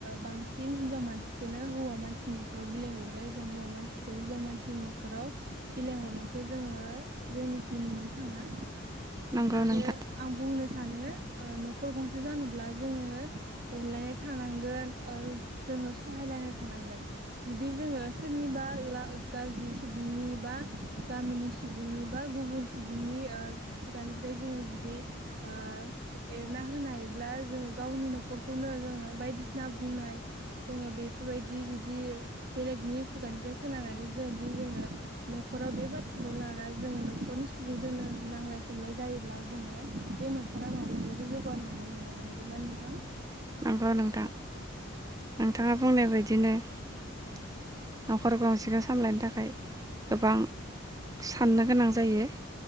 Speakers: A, on the right; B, on the right.
A: बांसिन हिनजाव मानसिखौनो हौवा मानसिनि न'खराव बिलाइ हरो जों हौवा मानसिखौ हिनजाव मानसिनि न'खराव बिलाइ हरनायखौ जोङो जोंनिखि नुनो थाङा
B: नंगौ
A: आरो
B: नोंथां
A: आं बुंनो सानो ओ नखर नखर गंसे जानोब्ला जोङो अनलायनाय थानांगोन जोङो सहायलायनाय थानांगोन जुदि जोङो सोरनिबा गाज्रि सुबुंनि बा गामिनि सुबुंनि बा गुबुन सुबुंनि खुगानिफ्राय जोङो जुदि ओ एरना होनायब्ला जोङो गावनि न'खरखौनो जोङो बायदिसिना बुंनाय जोङो बेफोरबायदि जुदि बेलेगनि खुगानिफ्राय खोनानानै जों जुदि जोङो न'खराव बे बाथ्राखौ लानानानै जोङो न'खरनि सुबुंजोंनो नांलाय खमलाय जायोब्ला जोङो बे न'खरा माब्लाबाबो जौगानो हानाय नङा नंगौना नोंथां
B: नंगौ नोंथां नोंथाङा बुंनाय बायदिनो न'खराव गंसेखौ सामलायनो थाखाय गोबां साननो गोनां जायो